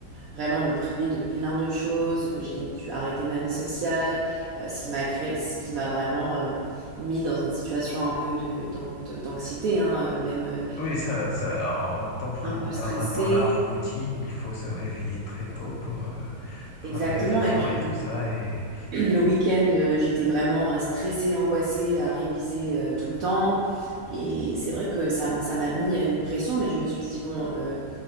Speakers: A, on the right; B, on the left.
A: vraiment me priver de plein de choses. J'ai dû arrêter ma vie sociale, euh, ce qui m'a créé, ce qui m'a vraiment euh, mis dans une situation un peu de, d'an- d'anxiété, hein, euh, même
B: Oui, ça, ça, en temps, vraiment,
A: un peu
B: dans
A: stressée.
B: la, dans la routine, il faut se réveiller très tôt pour, euh, pour
A: Exactement.
B: la révision
A: Et puis,
B: et tout ça. Et,
A: <clears throat> le week-end, euh, j'étais vraiment euh, stressée, angoissée à réviser euh, tout le temps. Et c'est vrai que ça, m- ça m'a mis euh, une pression, mais je me suis dit, bon, euh,